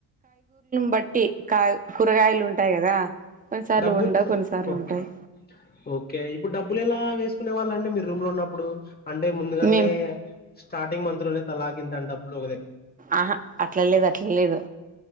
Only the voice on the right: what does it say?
బటి కాయ్ కూరగాయలున్ టాయి కదా కొన్నిసార్లు
ఉండవు కొన్నిసార్లు
ఉంటాయి
మేం
ఆహా అట్లా లేదు అట్లా లేదు